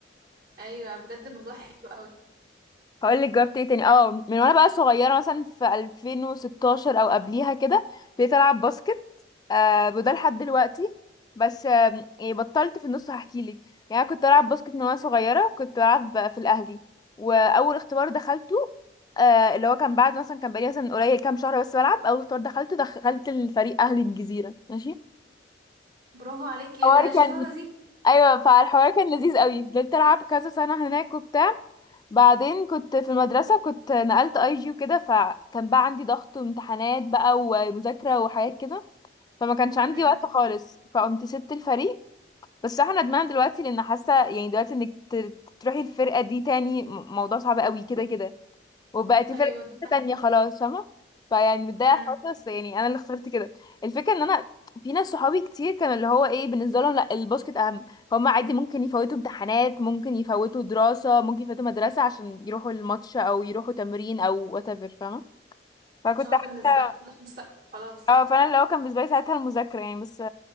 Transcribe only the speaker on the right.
ايوه بجد الموضوع حلو قوي
برافو عليكي
ايه ده ايه الشطاره
دي
امم
ايوه دي حاجه
امم
عشان هو
بالنسبه لي ده مستقبل خلاص